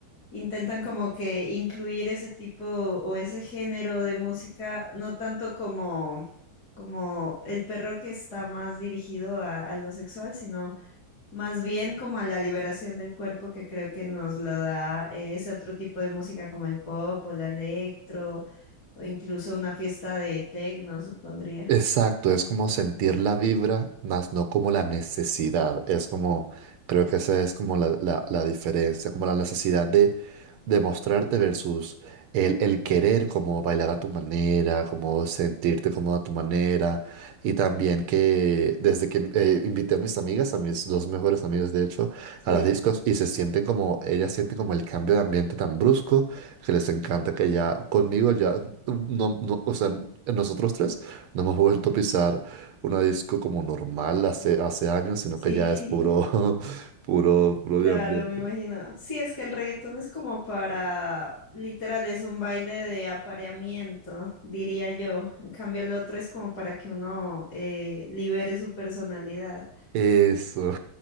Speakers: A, on the left; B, on the right.
A: intentan como que incluir ese tipo o ese género de música, no tanto como, como el perro que está más dirigido a, a lo sexual, sino más bien como a la liberación del cuerpo que creo que nos lo da eh, ese otro tipo de música como el pop o la electro o incluso una fiesta de techno, supondría.
B: Exacto, es como sentir la vibra, más no como la necesidad. Es como, creo que esa es como la, la, la diferencia, como la necesidad de demostrarte versus el, el querer como bailar a tu manera, como sentirte como a tu manera. Y también que desde que eh, invité a mis amigas, a mis dos mejores amigas de hecho,
A: Sí,
B: a las discos y se sienten como, ellas sienten como el cambio de ambiente tan brusco que les encanta que ya conmigo ya, mm, no, no, o sea, nosotros tres no hemos vuelto a pisar una disco como normal hace, hace años, sino
A: sí.
B: que ya es puro,
A: <laughs>
B: <laughs> puro, puro
A: Claro,
B: de ambiente.
A: me imagino. Sí, es que el reggaetón es como para, literal, es un baile de apareamiento, diría yo. En cambio, el otro es como para que uno eh, libere su personalidad.
B: Eso.